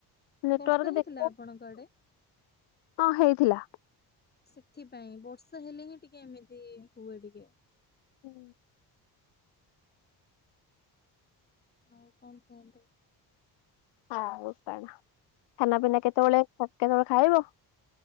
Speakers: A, on the left; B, on the left.
A: ନେଟୱାର୍କ
B: ବର୍ଷା ହେଇଥିଲା
A: ଦେଖ
B: ଆପଣଙ୍କ ଆଡେ?
A: ହଁ ହେଇଥିଲା।
B: ସେଥିପାଇଁ ବର୍ଷା ହେଲେ ହିଁଏମିତି ହୁଏ ଟିକେ।
A: ହୁଁ।
B: ଆଉ କଣ କୁହନ୍ତୁ
A: ଆଉ କଣ ଖାନା ପିନା କେତେବେଳେ କେତେଆବେଳେ ଖାଇବ।